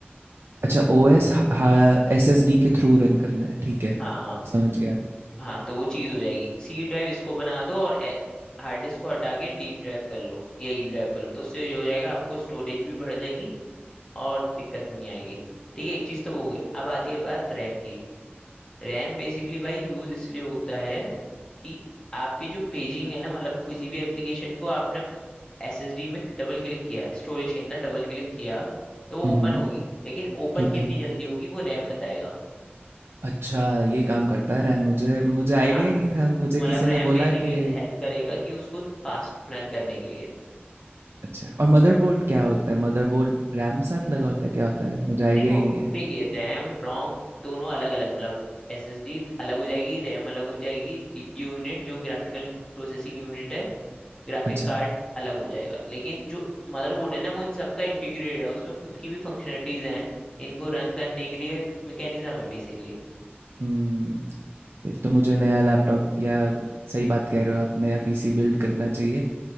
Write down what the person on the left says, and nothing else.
हाँ हाँ
हाँ तो वो चीज़ हो जाएगी सी ड्राइव इसको बना दो और हार्ड डिस्क को हटा के डी ड्राइव कर लो या यू ड्राइव कर लो तो उससे ये हो जाएगा आपको स्टोरेज भी बढ़ जाएगी और दिक्कत भी नहीं आएगी ठीक है एक चीज़ तो वो हो गई अब आती है बात रैम की रैम बेसिकली भाई यूज़ इसलिए होता है कि आपकी जो पेजिंग है ना मतलब किसी भी एप्लीकेशन को आपने एसएसडी में डबल क्लिक किया स्टोरेज के अंदर डबल क्लिक किया तो वो
ओपन होगी लेकिन ओपन
कितनी
जल्दी होगी वो रैम बताएगा
हाँ
मतलब
रैम
बेसिकली
हेल्प करेगा कि उसको फास्ट रन करने के लिए
देखो
देखिए रैम रोम दोनों अलग अलग मतलब एसएसडी अलग हो जाएगी रैम अलग हो जाएगी जीपीयू यूनिट जो ग्राफिकल प्रोसेसिंग यूनिट है ग्राफिक
कार्ड अलग हो जाएगा लेकिन जो मदरबोर्ड है ना वो इन सबका इंटीग्रेटेड है उसमें खुद की भी फंक्शनलिटीज हैं इनको रन करने के लिए मैकेनिज्म है बेसिकली